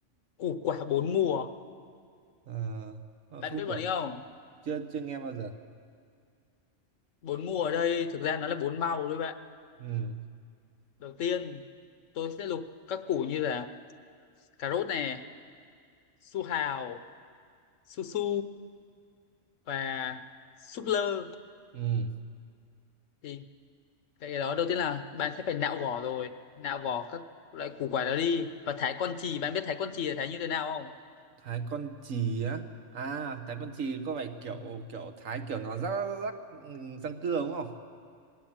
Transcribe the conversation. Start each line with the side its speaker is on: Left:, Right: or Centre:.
Left: Củ quả bốn mùa.
Right: Ờ, ờ,
Left: Bạn
Right: không
Left: biết bọn
Right: hiểu,
Left: ấy không?
Right: chưa chưa nghe bao giờ.
Left: Bốn mùa ở đây thực ra nó là bốn màu đấy bạn.
Right: Ừ,
Left: Đầu tiên tôi sẽ lục các củ như là cà rốt này, su hào, su su và súp lơ.
Right: ừ,
Left: Thì cái đó đầu tiên là bạn sẽ phải nạo vỏ rồi, nạo vỏ các loại củ quả đó đi và thái con chì. Bạn biết thái con chì là thái như thế nào không?
Right: thái con chì á. À, thái con chì có phải kiểu
Left: Ừ.
Right: kiểu thái kiểu nó rắc rắc rắc, ừ, răng cưa đúng không?